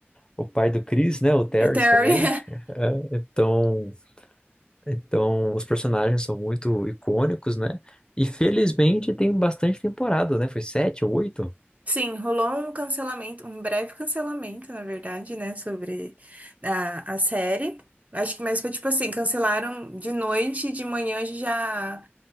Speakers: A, on the left; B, on the right.
A: o pai do Chris, né? O Terrence
B: O Terry.
A: também.
B: <laughs>
A: <laughs> É, então. Então, os personagens são muito icônicos, né? E felizmente tem bastante temporada, né? Foi sete ou oito?
B: Sim, rolou um cancelamento, um breve cancelamento, na verdade, né, sobre a, a série. Acho que mais foi tipo assim, cancelaram de noite e de manhã já